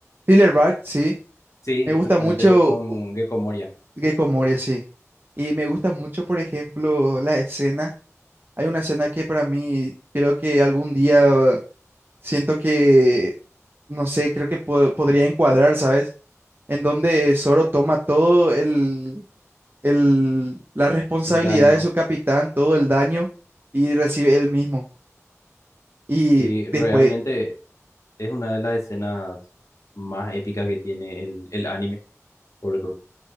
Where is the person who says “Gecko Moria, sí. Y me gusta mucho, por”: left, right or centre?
Right